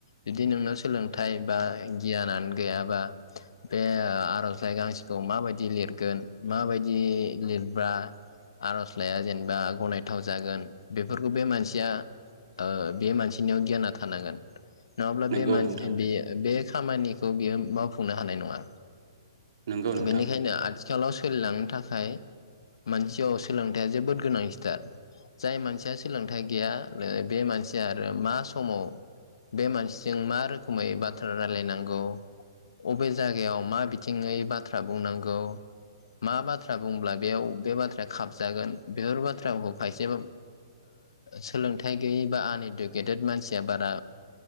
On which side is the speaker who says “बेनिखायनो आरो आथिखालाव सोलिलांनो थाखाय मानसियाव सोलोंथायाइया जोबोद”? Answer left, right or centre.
Left